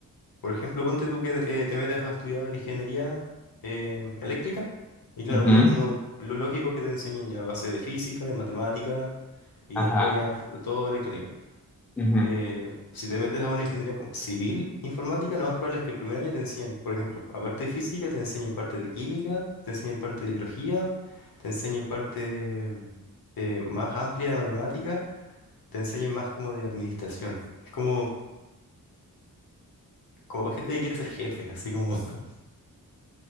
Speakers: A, on the left; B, in the centre.
A: por ejemplo, ponte tú que eh, te metes a estudiar ingeniería eh, eléctrica, y claro,
B: Ujú,
A: uno, uno, lo lógico es que te enseñen ya base de física, de matemática, y
B: ajá,
A: después ya fu- todo electrónica.
B: ujú.
A: eh, si te metes a una ingeniería como civil informática, lo más probable es que el primer año te enseñen, por ejemplo, aparte de física, te enseñen parte de química, te enseñen parte de biología, te enseñen parte mm, eh, más amplia de matemática, te enseñen más como de administración. Es como, como para gente que quiere ser jefe, así como... <laughs>